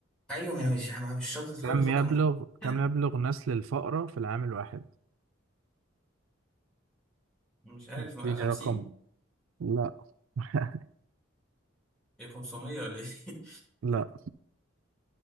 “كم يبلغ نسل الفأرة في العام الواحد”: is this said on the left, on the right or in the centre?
Right